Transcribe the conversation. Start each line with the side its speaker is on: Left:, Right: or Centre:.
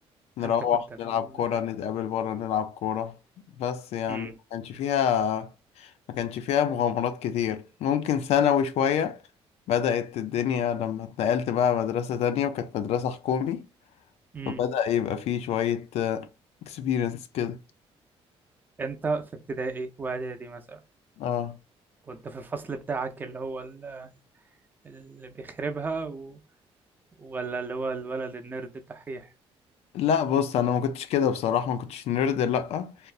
Left: نروح
Right: أنت كنت ال...
Left: نلعب كورة نتقابل بره نلعب كورة بس يعني
Right: امم
Left: ما كانش فيها ما كانش فيها مغامرات كتير ممكن ثانوي شوية بدأت الدنيا لما اتنقلت بقى مدرسة تانية وكانت مدرسة حكومي
Right: امم
Left: فبدأ يبقى فيه شوية اكسبيرينس كده
Right: أنت في ابتدائي وإعدادي مثلا
Left: اه
Right: كنت في الفصل بتاعك اللي هو ال- اللي بيخربها و... ولا اللي هو الولد النرد الدحيح؟
Left: لا بص انا ما كنتش كده بصراحة ما كنتش نيرد لا